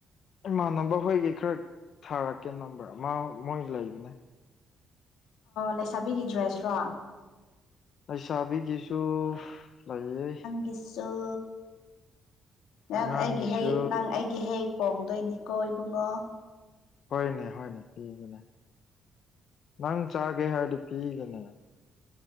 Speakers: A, on the left (about 65°); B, on the left (about 90°).
A: ꯏꯃꯥꯟꯅꯕ ꯍꯣꯏꯒꯤ ꯈꯔ ꯊꯥꯔꯛꯀꯦ ꯅꯝꯕꯔ ꯃꯥ ꯃꯣꯏ ꯂꯩꯕꯅꯦ
B: ꯂꯩꯁꯥꯕꯤꯒꯤ ꯗ꯭ꯔꯦꯁꯔꯣ
A: ꯂꯩꯁꯥꯕꯤꯒꯤꯁꯨ ꯂꯩꯌꯦ
B: ꯒꯤꯁꯨ ꯅꯪ
A: ꯑꯉꯥꯡꯒꯤꯁꯨ
B: ꯑꯩꯒꯤ ꯍꯩ ꯅꯪ ꯑꯩꯒꯤ ꯍꯩ ꯀꯣꯡꯗꯣꯏꯅꯤꯀꯣ ꯏꯕꯨꯡꯉꯣ
A: ꯍꯣꯏꯅꯦ ꯍꯣꯏꯅꯦ ꯄꯤꯒꯅꯦ ꯅꯪ ꯆꯥꯒꯦ ꯍꯥꯏꯔꯗꯤ ꯄꯤꯒꯅꯦ